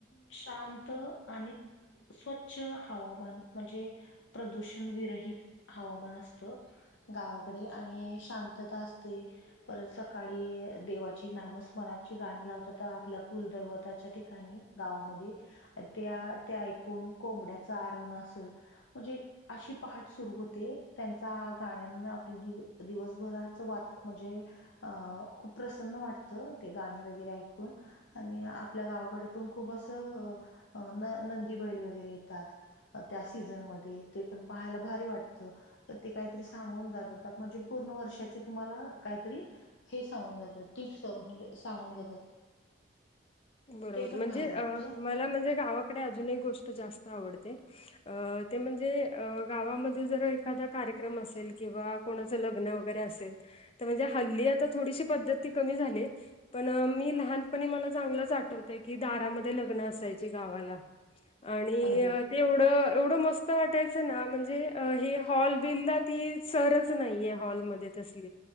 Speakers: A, on the left (about 75°); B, on the left (about 30°).
A: शांत आणि स्वच्छ हवामान म्हणजे प्रदूषण विरहित हवामान असत. गावाकडे आणि शांतता असते. परत सकाळी देवाची नामस्मराची गाणी लावतात आपल्या कुलदैवताच्या ठिकाणी गावामध्ये त्या त्या ऐकून कोंबड्याच आरवण असल म्हणजे अशी पहाट सुरू होते त्यांचा गाण्यांना आपली दिव दिवसभराच वात म्हणजे अं खूप प्रसन्न वाटतं ते गाणी वगैरे ऐकून आणि आपल्या गावाकडे पण खूप अस त न नंदी बैल वगैरे येतात त्या सीझनमध्ये ते पण पाहायला भारी वाटत तर ते काहीतरी सांगून जातात म्हणजे पूर्ण वर्षाची तुम्हाला काहीतरी हे सांगून जातात टिप्स म्हणजे सांगून जातात.
B: बरोबर
A: ते पण
B: म्हणजे
A: भारी वाटतं
B: अ मला म्हणजे गावाकडे अजून एक गोष्ट जास्त आवडते. अ ते म्हणजे अ गावामध्ये जर एखादा कार्यक्रम असेल किंवा कोणाच लग्न वगैरे असेल तर म्हणजे हल्ली आता थोडीशी पद्धती ती कमी झालीये. पण मी लहानपणी मला चांगलंच आठवतय की दारामध्ये लग्न असायची गावाला आणि
A: अगदीच
B: अ ते एवढं एवढं मस्त वाटायचं ना म्हणजे हे हॉल बिल्ला ती सरच- नाहीये हॉल मध्ये तसली